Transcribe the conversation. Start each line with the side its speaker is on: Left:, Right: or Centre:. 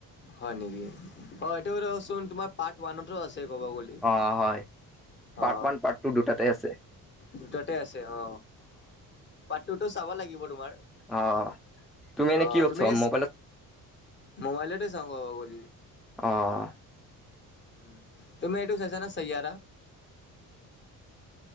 Left: হয় নেকি অ এইটো <unintelligible> চোন তোমাৰ পাৰ্ট ওৱানতো আছে ক'ব গ'লে।
Centre: অ হয়
Left: অ
Centre: পাৰ্ট ওৱান পাৰ্ট টু দুটাতে আছে।
Left: দুটাতে আছে অ, পাৰ্ট টু তো চাব লাগিব তোমাৰ।
Centre: অ তুমি এনে
Left: অ
Centre: কি কৰিছা
Left: তুমি
Centre: মোবাইলত
Left: মবাইলতে <unintelligible>
Centre: অঁ।
Left: উম তুমি এইটো চাইছা নে সাইয়াৰা?